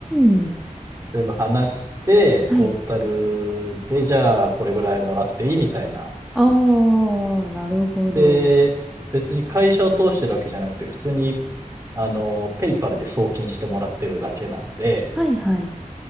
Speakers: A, in the centre; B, on the right.
A: ん。
B: 全部話して、
A: はい。
B: トータルで、じゃあこれぐらいもらっていいみたいな。
A: ああ、なるほど。
B: で、別に会社を通してるわけじゃなくて、普通に、あの、ペイパルで送金してもらってるだけなんで、
A: はい、はい。